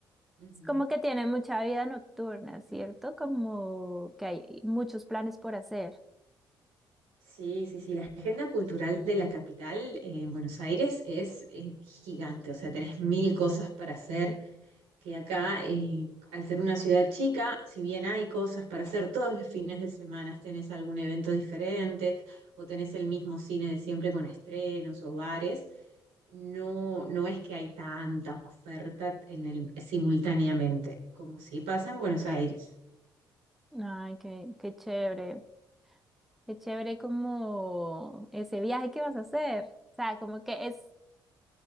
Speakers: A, on the right; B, in the centre.
A: Ujú.
B: Es como que tiene mucha vida nocturna, ¿cierto? Como que hay muchos planes por hacer.
A: Sí, sí, sí, la agenda cultural de la capital eh, en Buenos Aires es eh, gigante, o sea, tenés mil cosas para hacer que acá, eh, al ser una ciudad chica, si bien hay cosas para hacer todos los fines de semana, tenés algún evento diferente o tenés el mismo cine de siempre con estrenos o bares, no, no es que hay tanta oferta en el, simultáneamente, como si pasa en Buenos Aires.
B: Ay, qué, qué chévere. Qué chévere como ese viaje que vas a hacer. O sea, como que es,